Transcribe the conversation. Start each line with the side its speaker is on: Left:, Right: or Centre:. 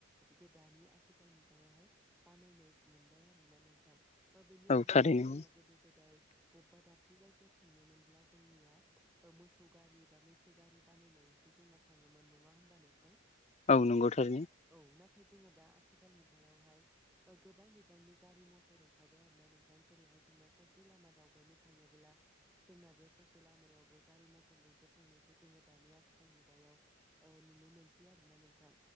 Centre: गोदानै आथिखाल मुगायावहाय बानायनाय मोनबाय आरोना नोंथां बा बेनि
Left: औ
Centre: अनगायैबो
Left: थारैनो
Centre: जोंना गोदो गोदाय बबेबा दाबसे जायगायाव थांनो मोनब्ला जोंनिया मोसौ गारि बा मैसो गारि बानायनाय जोंसो जोंना थाङोमोन नङा होमबा नोंथां
Left: औ नंगौ थारैनो
Centre: औ ना थाय जोङो दा आथिखाल मुगायावहाय गोबां बिबांनि गारि मथर ओंखारबाय आरोना नों थां जेरैहाय जोंदा ससे लामा दावबायनो थाङोब्ला जोंना बे ससे लामायावबो गारि मथर जोंसो थांनायखौ जोङो दानि आथिखाल मुगायाव ओ नुनो मोनसै आरोना नोंथां